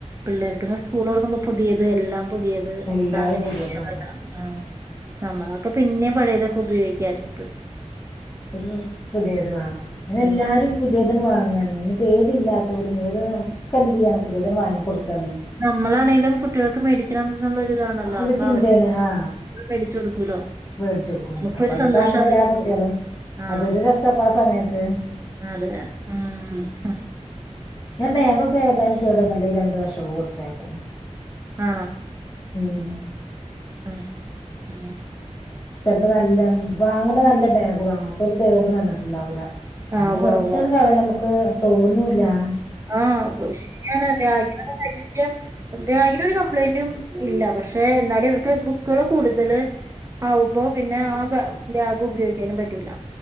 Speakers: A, on the right; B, on the left.
A: പിള്ളേർക്ക് ഇന്ന് സ്കൂൾ തൊർക്കുമ്പോൾ പുതിയത് എല്ലാം പുതിയത്
B: എല്ലാതും
A: ആ
B: പുതിയത് വാണം
A: നമ്മളക്കെ പിന്നെ പഴയതൊക്കെ ഉപയോഗിക്കാരുന്നു
B: പുതു പുതിയത് എല്ലാരും
A: ആഹ്
B: പുതിയ വാങ്ങാനേ ഇനിപ്പോ ഏതില്ലാത്തോലും ഏത് ക്ക് എന്ത് ചെയ്യാണ് പുതിയതന്നെ വാങ്ങി കൊടക്കാണ്
A: നമ്മളാണെങ്കിലും കുട്ടികൾക്ക് മേടിക്ക ഇ ന ഇതാണല്ലോ
B: അവരുടെ
A: അപ്പൊ
B: ചിന്തേണ്
A: അവ
B: ആഹ്
A: മേടിച്ച കൊടുക്കൂലോ
B: വേടിച്ചൊടുക്കും
A: നമുക്കൊരു
B: അപ്പൊ അത്
A: സന്തോഷം
B: കാണുമ്പോ
A: അതൊക്ക
B: എല്ലാ കുട്ട്യാളും
A: ആ
B: അതൊരു രസാപ്പ ആ സമയത്ത്
A: അതെ ഉ
B: ഞാൻ ബാഗൊക്കെ ഏതാണ് ഇടന്നല്ല രണ്ടു വർഷൊക്കെ കൊടുത്തേക്കും
A: ആ
B: ഉഹ
A: ഉം ഉം
B: ചെപ്പോ നല്ല വാങ്ങുമ്പോ നല്ല ബാഗ് വാങ്ങ അപ്പോ ഒരു കേടും വന്നിട്ടുണ്ടാവൂല്ല അങ്ങനെ
A: ഉവ്വ
B: വെറുതാണ്
A: ഉവ്വ
B: കളയാൻ ക്ക് തോന്നൂലാ.
A: ആഹ് ശരിയാണ് <unintelligible> വ്യാഗിനൊര് കം പ്ലയ്ന്റും ഇല്ല. പക്ഷെ ഇന്നാലും ഇവർക്ക് ബുക്കുകൾ കൂടുതൽ ആവുമ്പോ പിന്നെ ആ ബാഗ് ഉപയോഗിക്കാനും പറ്റൂല്ല.